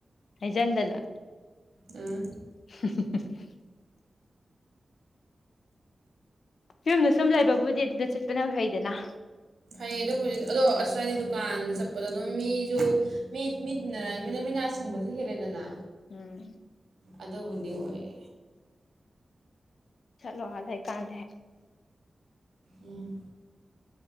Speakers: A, on the left; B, on the right.
A: ꯍꯖꯟꯗꯂ
B: ꯎꯝ
A: <unintelligible> ꯌꯨꯝꯗ ꯁꯨꯝ ꯂꯩꯕꯕꯨꯗꯤ ꯑꯗꯨꯅ ꯆꯠꯄꯅ ꯍꯩꯗꯅ
B: ꯑꯩꯌꯦ ꯑꯗꯨꯕꯨ ꯑꯗꯣ ꯑꯁꯋꯥꯏꯗꯤ ꯗꯨꯀꯥꯟꯗ ꯆꯠꯄꯗꯣ ꯑꯗꯨꯝ ꯃꯤꯁꯨ ꯃꯤ ꯃꯤ ꯇꯤꯟꯅꯔ ꯃꯤꯅ ꯃꯤꯅꯥ ꯁꯤꯡꯕꯁꯨ ꯍꯦꯜꯂꯦꯗꯅ
A: ꯎꯝ
B: ꯑꯗꯨꯕꯨꯗꯤ ꯑꯣꯏ
A: ꯆꯂꯣ ꯑꯂꯦ ꯀꯥꯟꯗꯦ
B: ꯎꯝ